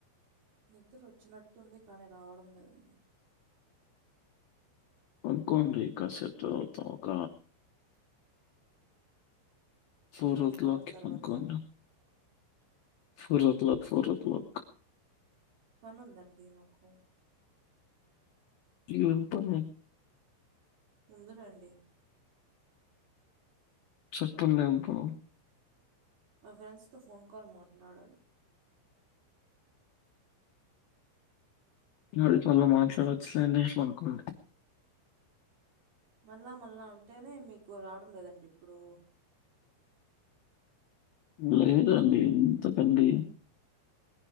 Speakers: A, on the right (about 55°); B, on the left (about 75°).
A: నిద్దర వచ్చినట్టు ఉంది. కానీ రావడం లేదండి
B: పడుకోండి కాసేపు తర్వాత ఒక four
A: half
B: oh క్లాక్కిి
A: an hour తర్వాత
B: పండుకొన్నా four o'clock four o'clock
A: పనుందండి మాకు
B: ఏం పని
A: ఉంది రండి
B: చెప్పండి ఏమిటో
A: మా ఫ్రెండ్స్ తో ఫోన్ కాల్ మాట్లాడాలి
B: <unintelligible> మాట్లాడవచ్చులేంటే ఫోన్ కాల్కీ
A: మళ్ళా మళ్ళా అంటేనే మీకు రావడం లేదండి ఇప్పుడు
B: లేదండి ఎందుకండి